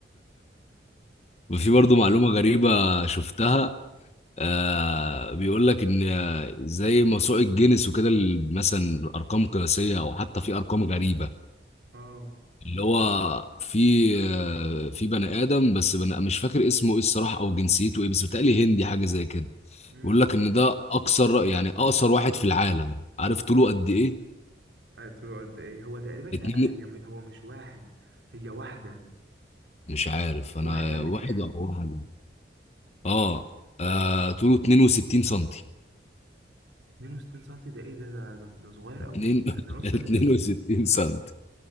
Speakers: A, on the left; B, on the right.
A: وفي برضو معلومه غريبه شفتها آه بيقول لك ان زي موسوعه جينيس وكده ال- مثلا ارقام قياسيه او حتى في ارقام غريبه
B: اه
A: اللي هو في آه، في بني ادم بس بني مش فاكر اسمه ايه الصراحه او جنسيته ايه بس بيتهيألي هندي حاجه زي كده
B: امم
A: بيقول لك ان ده اقصر يعني اقصر واحد في العالم عارف طوله قد ايه
B: قلت له قد ايه هو تقريبا لا
A: اتنين
B: هي م- هو مش واحد هي واحده
A: مش عارف انا
B: واحده من
A: واحد
B: الهند
A: او واحد اه, آه طوله 62 سنتي
B: 62 سنتي ده ايه ده ده ده, ده صغير قوي
A: اتنين <laughs>
B: ده نص
A: 62
B: متر
A: سنتي